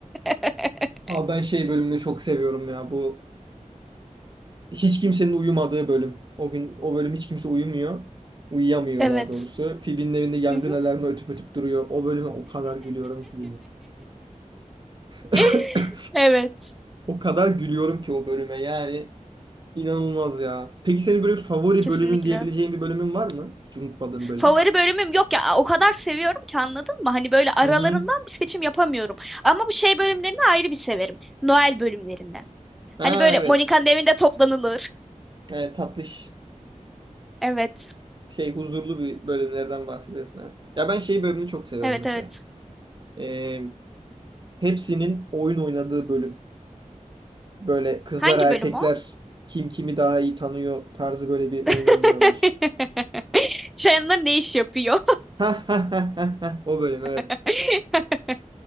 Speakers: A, in the centre; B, on the right.
A: <laughs>
B: Abi ben şey bölümünü çok seviyorum ya. Bu hiç kimsenin uyumadığı bölüm. O gün o bölüm hiç kimse uyumuyor. Uyuyamıyor
A: Evet.
B: daha doğrusu. Phoebe'nin evinde yangın
A: Hı hı.
B: alarmı ötüp ötüp duruyor. O bölüme o kadar gülüyorum ki. <laughs>
A: <laughs> Evet.
B: O kadar gülüyorum ki o bölüme yani. İnanılmaz ya. Peki senin böyle favori
A: Kesinlikle.
B: bölümün diyebileceğin bir bölümün var mı? Hiç unutmadığın böyle.
A: favori bölümüm yok ya. O kadar seviyorum ki anladın mı? Hani böyle aralarından
B: Hı hı.
A: bir seçim yapamıyorum. Ama bu şey bölümlerini ayrı bir severim. Noel bölümlerini.
B: Ha
A: Hani böyle
B: evet.
A: Monika'nın evinde toplanılır.
B: Evet, tatlış
A: Evet.
B: şey huzurlu bir bölümlerden bahsediyorsun evet. Ya ben şey bölümünü çok seviyorum
A: Evet
B: mesela.
A: evet.
B: Ee, hepsinin oyun oynadığı bölüm. Böyle kızlar
A: Hangi
B: erkekler
A: bölüm o?
B: kim kimi daha iyi tanıyor tarzı böyle bir oyun
A: <laughs>
B: oynuyorlar.
A: Chandler ne iş yapıyor?
B: Ha ha ha ha ha. O bölüm evet.
A: <laughs>